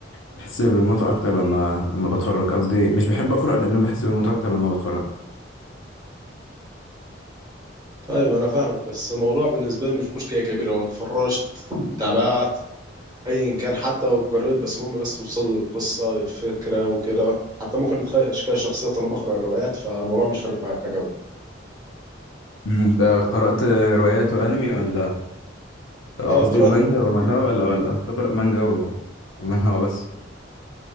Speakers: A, on the left; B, on the right.
A: بحس بالمتعه اكتر لما لما بتفرج قصدي مش بحب اقرا لان انا بحس بالمتعه اكتر لما بتفرج
B: طيب انا فاهمك بس الموضوع بالنسبه لي مش مشكله كبيره هو اتفرجت تابعت ايا كان حتى لو جريد بس المهم بس توصل لي القصه الفكره وكده حتى ممكن نتخيل اشكال شخصيات انا بقرا الروايات فالموضوع مش فارق معايا قوي
A: مم، انت قرات روايات وانمي ولا
B: اه
A: قصدي
B: قرات
A: ومانجا
B: روايات
A: ومانهوا
B: كتير من الأنمي.
A: ولا ولا بتقرا مانجا و... ومانهوا بس